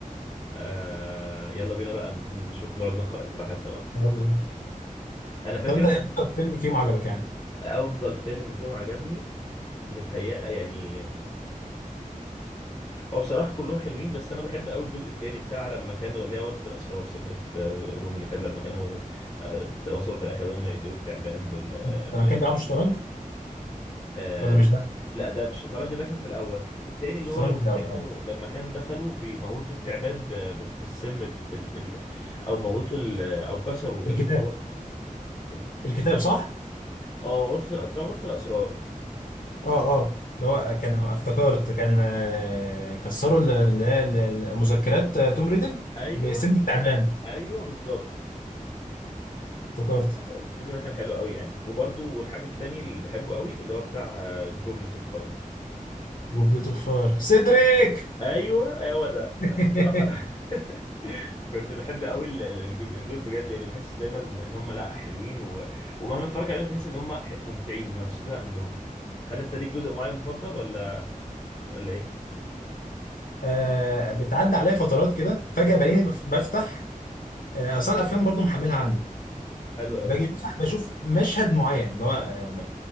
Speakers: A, on the left; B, on the left.
A: آه يلا بينا بقى نشوف نقعد نقرا براحتنا بقى
B: كان أبزر.
A: انا فاكر
B: طب انت
A: ان
B: ايه اكتر فيلم فيهم عجبك يعني
A: أنا افضل فيلم فيهم عجبني متهيأ يعني هو بصراحة كلهم حلوين بس أنا بحب قوي الجزء التاني بتاع لما كانوا اللي هي غرفة الأسرار سكرة روم اللي كان لما كانوا آه، وصلوا في الآخر هم يقتلوا التعبان بال آه،
B: مم. لما
A: بال-
B: كان بيلعبوا شطرنج
A: آه،
B: ولا مش ده
A: لا ده بالشطرنج ده كان في الأول التاني اللي
B: شطرنج
A: هو لما
B: في الاول
A: كانوا
B: اه
A: لما كان دخلوا بيموتوا التعبان ب- بس- بالسم بس- بال... بال... أو موتوا ال... أو كسروا
B: الكتاب
A: اللي هو ال... ال-
B: الكتاب صح
A: اه غرفة الأ- بتاع غرفة الأسرار
B: اه اه اللي هو كان افتكرت كان آه، كسروا ال- ال- ال- المذكرات آه، توم ريدل
A: أيوه
B: بسن التعبان
A: أيوه بالظبط
B: افتكرت
A: الفيلم ده كان حلو قوي يعني وبرضه والحاجة التانية اللي بحبه قوي اللي هو بتاع جوبلت اوف فاير
B: وبليت اوف فاير سيدريك
A: ايوه هو ده
B: <laughs>
A: بصراحة <laughs> كنت بحب قوي ال- ال- الجزئين دول بجد يعني بحس دايما ان هم لا حلوين و... ومهما تتفرج عليهم تحس ان هم ح- ممتعين ما تشتاق منهم هل انت ليك جزء معين مفضل ولا ولا ايه
B: آه، بتعدي عليا فترات كده فجأة بلاقيني بف- بفتح آه، اصلا الافلام برضو محملها عندي
A: حلو قوي
B: باجي بفتح بشوف مشهد معين اللي هو آه، م-